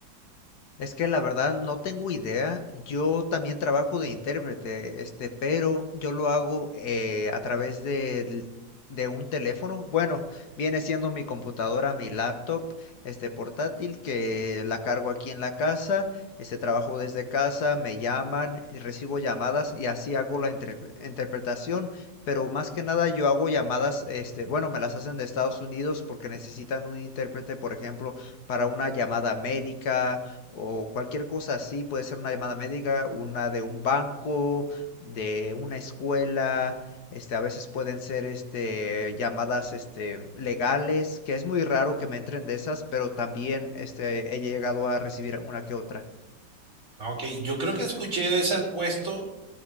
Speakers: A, on the left (about 60°); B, on the right (about 40°).
A: Es que la verdad no tengo idea. Yo también trabajo de intérprete, este, pero yo lo hago eh, a través del- de, un teléfono. Bueno, viene siendo mi computadora, mi laptop, este portátil que la cargo aquí en la casa. Este trabajo desde casa, me llaman, y recibo llamadas y así hago la interpre- interpretación. Pero más que nada yo hago llamadas, este, bueno, me las hacen de Estados Unidos porque necesitan un intérprete, por ejemplo, para una llamada médica o cualquier cosa así, puede ser una llamada médica, una de un banco, de una escuela, este, a veces pueden ser este llamadas este legales, que es muy raro que me entren de esas, pero también este he llegado a recibir una que otra.
B: Ah, Ok, yo creo que escuché de ese puesto